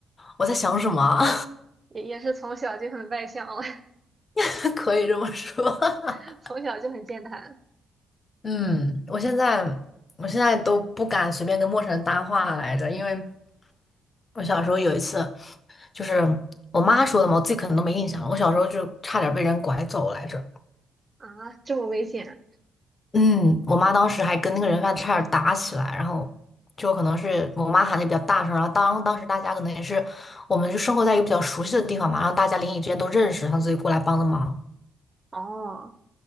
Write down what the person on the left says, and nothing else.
我在想什么啊？
<laughs> 可以这么说。<laughs>
嗯，我现在我现在都不敢随便跟陌生人搭话来着，因为我小时候有一次，就是我妈说的嘛，我自己可能都没印象了。我小时候就差点被人拐走来着。
嗯，我妈当时还跟那个人贩子差点打起来，然后就可能是我妈喊的比较大声，然后当当时大家可能也是我们就生活在一个比较熟悉的地方嘛，然后大家邻里之间都认识，然后所以过来帮的忙。